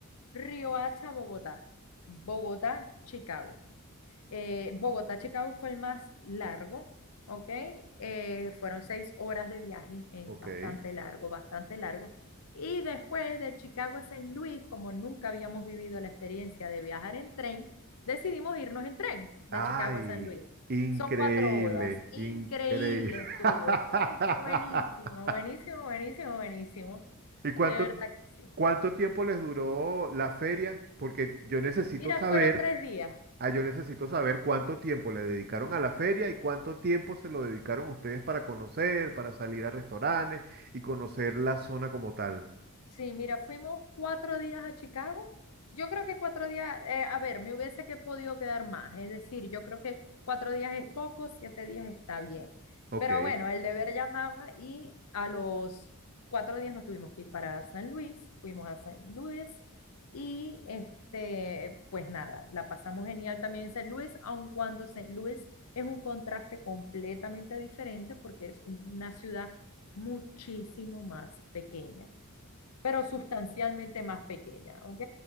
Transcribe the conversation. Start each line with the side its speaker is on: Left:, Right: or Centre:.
Left: Riohacha, Bogotá. Bogotá, Chicago. Eh, Bogotá, Chicago fue el más largo, ¿ok? Eh, fueron seis horas de viaje, eh,
Right: Ok.
Left: bastante largo, bastante largo. Y después de Chicago a San Luis, como nunca habíamos vivido la experiencia de viajar en tren, decidimos irnos en tren de
Right: Ay,
Left: Chicago a San Luis.
Right: increíble,
Left: Son cuatro horas. Increíble
Right: increíble.
Left: estuvo.
Right: <laughs>
Left: Estuvo buenísimo, buenísimo, buenísimo, buenísimo.
Right: ¿Y cuánto,
Left: De verdad que sí.
Right: cuánto tiempo les duró la feria? Porque yo necesito
Left: Mira,
Right: saber,
Left: fueron tres días.
Right: ah, yo necesito saber cuánto tiempo le dedicaron a la feria y cuánto tiempo se lo dedicaron ustedes para conocer, para salir a restaurantes y conocer la zona como tal.
Left: Sí, mira, fuimos cuatro días a Chicago. Yo creo que cuatro días, eh, a ver, me hubiese que podido quedar más. Es decir, yo creo que cuatro días es poco, siete días está bien.
Right: Ok.
Left: Pero bueno, el deber llamaba y a los cuatro días nos tuvimos que ir para San Luis. Fuimos a San Luis y este, pues nada, la pasamos genial también en San Luis, aun cuando San Luis es un contraste completamente diferente porque es una ciudad muchísimo más pequeña pero sustancialmente más pequeña, ¿ok?